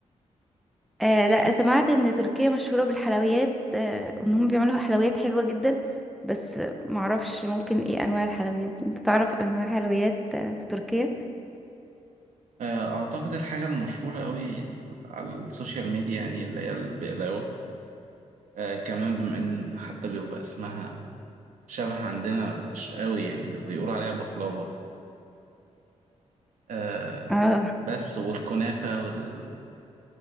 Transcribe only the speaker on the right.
آه، أعتقد الحاجة المشهورة أوي على السوشيال ميديا يعني اللي هي البقلاوة آه كمان بما ان حتى بيبقى اسمها شبه عندنا ش- قوي يعني بي- بيقولوا عليها بقلاوة آه
بس والكنافة والحاجات